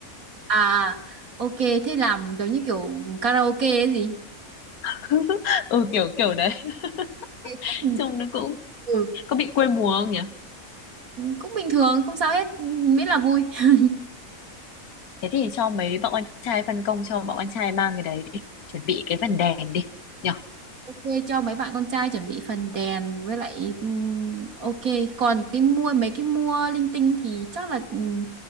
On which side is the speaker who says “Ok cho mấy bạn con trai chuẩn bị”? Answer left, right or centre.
Right